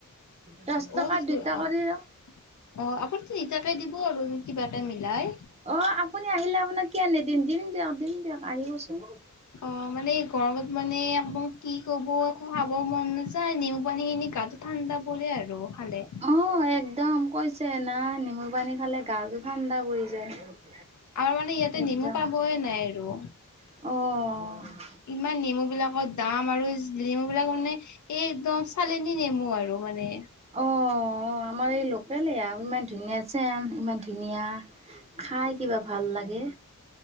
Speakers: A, on the right; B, on the left.
A: দহ
B: <unintelligible>
A: টকাত
B: অ',
A: দুটা কৰি দিওঁ।
B: আপুনি নিতাকে দিব আৰু কিবা এটা মিলাই।
A: অ', আপুনি আহিলে আপোনাক কিয় নিদিম, দিম দিয়ক, দিম দিয়ক আহিবচোন।
B: অ মানে গৰমত মানে আকৌ কি কব, আকৌ খাব মন নাযায় নেম পানী খিনি গাটো ঠাণ্ডা পৰে আৰু হালে।
A: অ', একদম কৈছে না, নেমুৰ পানী খালে গাতো ঠাণ্ডা পৰি যায়।
B: আমাৰ মানে ইয়াতে
A: একদম
B: নেমু পাবই নাই আৰু।
A: অ'।
B: ইমান নেমু বিলাকত দাম আৰু নেমুবিলাক মানে, এ-একদম চালনী নেমু আৰু মানে।
A: অ', অ', আমাৰ এই লোকেল এয়া, ইমান ধুনীয়া <unintelligible> ইমান ধুনীয়া, খাই কিবা ভাল লাগে।